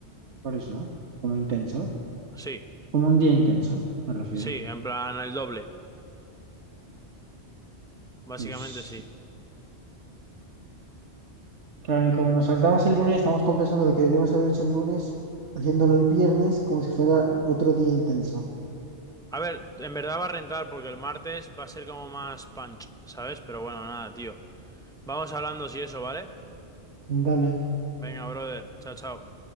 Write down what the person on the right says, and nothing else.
por eso, ¿no? Como intenso,
como un día intenso, me refiero.
Pues.
Claro, y como nos saltamos el lunes, estamos compensando lo que deberíamos haber hecho el lunes, haciéndolo el viernes como si fuera otro día intenso.
Dale.